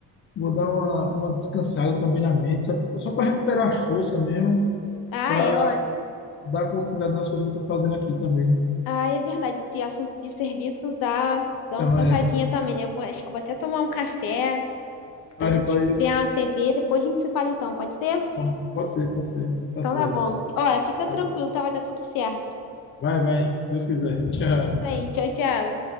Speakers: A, on the left; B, on the left.
A: vou dar uma, uma descansada também na mente, sabe? Só para recuperar as forças mesmo,
B: Ah,
A: para
B: é, ó.
A: dar continuidade nas coisas que eu tô fazendo aqui também.
B: Ah, é verdade, esse assunto de serviço dá, dá
A: Então,
B: uma cansadinha
A: é.
B: também, né? Eu vou- acho que eu vou até tomar um café,
A: Vai,
B: dar uma
A: vai.
B: des- ver a TV, depois a gente se fala então, pode ser?
A: Bom, pode ser, pode ser. Tá
B: Então
A: certo.
B: tá bom. Ó, fica tranquilo,
A: É.
B: tá? Vai dar tudo certo.
A: Vai, vai. Deus quiser. <laughs> Tchau.
B: Isso aí, tchau, tchau.